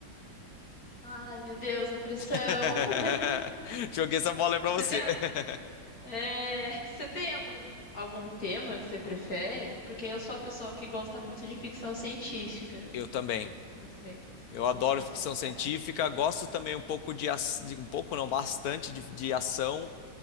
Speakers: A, on the left; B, on the left.
A: Ai, meu Deus, a pressão.
B: <laughs> Joguei essa bola aí pra
A: Você
B: você.
A: tem, algu-
B: <laughs>
A: é, você tem algum, algum tema que você prefere? Porque eu sou a pessoa que gosta muito de ficção científica.
B: Eu também.
A: Não sei,
B: Eu
A: não sei
B: adoro
A: se é a
B: ficção
A: sua praia.
B: científica, gosto também um pouco de, ac- de um pouco não, bastante de de ação.